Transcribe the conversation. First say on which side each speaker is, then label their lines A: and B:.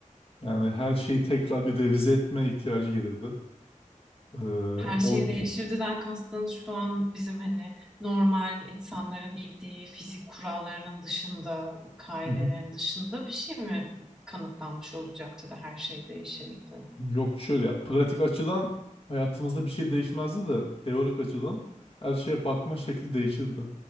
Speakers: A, on the left; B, in the centre.
A: Yani her şeyi tekrar bir revize etme ihtiyacı gelirdi. Ee,
B: Her
A: o
B: şey değişirdiden kastın şu an bizim hani normal insanların bildiği fizik kurallarının dışında, kaidelerin
A: Hı hı.
B: dışında bir şey mi kanıtlanmış olacaktı da her şey değişirdi?
A: yok şöyle ya pratik açıdan hayatımızda bir şey değişmezdi de teorik açıdan her şeye bakma şekli değişirdi.